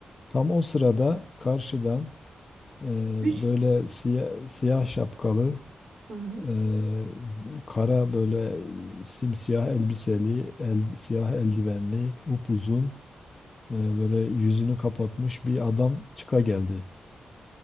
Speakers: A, on the left (about 30°); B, on the right (about 60°).
A: Tam o sırada karşıdan e,
B: Düş.
A: böyle siyah, siyah şapkalı,
B: Hı hı.
A: e, kara böyle simsiyah elbiseli, el, siyah eldivenli, upuzun, e, böyle yüzünü kapatmış bir adam çıka geldi.